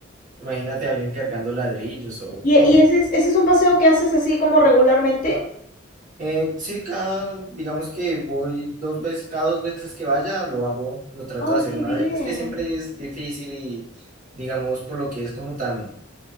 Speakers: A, on the right (about 40°); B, on the left (about 45°).
A: Imagínate a alguien cargando ladrillos o
B: ¿Y,
A: no,
B: y ese es, ese es un paseo que haces así como regularmente?
A: Eh, sí, cada, digamos que voy dos veces, cada dos veces que vaya, lo hago, lo trato
B: Ah,
A: de hacer
B: qué
A: una
B: bien.
A: vez. Es que siempre es difícil y, digamos, por lo que es como tan,